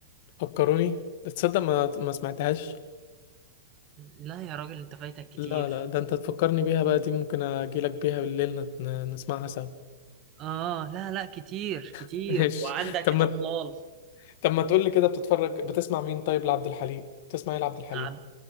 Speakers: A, on the left; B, on the right.
A: فكروني تصدق ما ما سمعتهاش
B: لا يا راجل انت فايتك كتير
A: لا لا ده انت تفكرني بيها بقى دي ممكن اجيلك بيها بالليل نت- نسمعها سوا
B: اه لا لا كتير كتير
A: <laughs> ماشي
B: وعندك
A: طب
B: الاطلال
A: ما طب ما تقول لي كده بتتفرج بتسمع مين طيب لعبد الحليم تسمع ايه لعبد الحليم
B: عب...